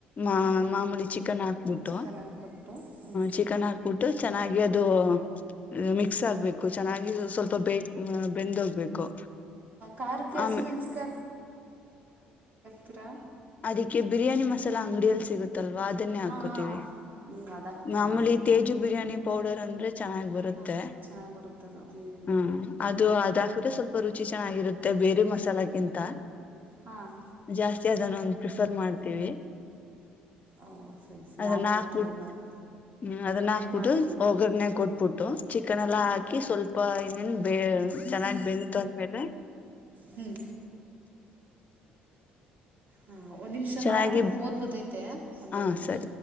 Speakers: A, on the left; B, on the right.
A: ಮಾ
B: ಹ್ಞೂ
A: ಮಾಮೂಲಿ ಚಿಕನ್ ಹಾಕ್ಬಿಟ್ಟು
B: ಚಿಕನ್ ಹಾಕ್ಬಿಟ್ಟು ಹ್ಞೂ
A: ಚಿಕನ್ ಹಾಕ್ಬಿಟ್ಟು ಚೆನ್ನಾಗಿ ಅದು ಅದು ಮಿಕ್ಸ್ ಆಗ್ಬೇಕು ಚೆನ್ನಾಗಿ ಸ್ವಲ್ಪ ಬೇಕು ಬೆಂದೋಗ್ಬೇಕು
B: ಖಾರಕ್ಕೆ
A: ಆಮೇಲೆ
B: ಹಸಿಮೆಣ್ಸಿಕಾಯಿ ತ್ರಿರಾ
A: ಅದಕ್ಕೆ ಬಿರಿಯಾನಿ ಮಸಾಲಾ ಅಂಗಡಿಯಲ್ಲಿ ಸಿಗುತ್ತಲ್ವಾ ಅದನ್ನೇ
B: ಹಾಂ
A: ಹಾಕೋತೀವಿ
B: ಹಾಂ ನೀವು ಅದು ಹಾಕ್ತೀರಾ
A: ಮಾಮೂಲಿ ತೇಜು ಬಿರಿಯಾನಿ ಪೌಡರ್ ಅಂದ್ರೆ ಚೆನ್ನಾಗಿ ಬರುತ್ತೆ
B: ಹಾಂ ಚೆನ್ನಾಗಿ ಬರುತ್ತದು ಹ್ಞೂ
A: ಹ್ಮ್ ಅದು ಅದ ಹಾಕಿದ್ರೆ ಸ್ವಲ್ಪ ರುಚಿ ಚೆನ್ನಾಗಿರುತ್ತೆ ಬೇರೆ ಮಸಾಲೆಗಿಂತ
B: ಹಾಂ
A: ಜಾಸ್ತಿ ಅದನ್ನ ಒಂದು ಪ್ರಿಫರ್ ಮಾಡ್ತೀವಿ
B: ಓ ಸರಿ ಸರಿ
A: ಅದನ್ನ
B: ನಾನು ಇವತ್ತು
A: ಹಾಕ್ಬಿಟ್ಟ
B: ಟ್ರೈ ಮಾಡಿ
A: ಹ್ಮ್ ಅದನ್ನ
B: ಟ್ರೈ
A: ಹಾಕ್ಬಿಟ್ಟು
B: ಮಾಡ್ತೀನಿ
A: ಒಗ್ಗರ್ರಣೆ
B: ಹ್ಞೂ
A: ಕೊಟ್ಬಿಟ್ಟು ಚಿಕನ್ ಎಲ್ಲಾ
B: ಹ್ಞೂ
A: ಹಾಕಿ ಸ್ವಲ್ಪ ಇನೇನ್ ಬೇ ಚೆನ್ನಾಗಿ ಬೆಂತು ಅಂದ್ಮೇಲೆ
B: ಹ್ಮ್ ಹಾ ಒಂದ್ ನಿಮಿಷ
A: ಚೆನ್ನಾಗಿ
B: ಮಾಡ್ತೀನಿ ಫೋನ್ ಬರ್ತೈತೆ ಒಂದೇ
A: ಹಾ
B: ಒಂದ ನಿಮಿಷ
A: ಸರಿ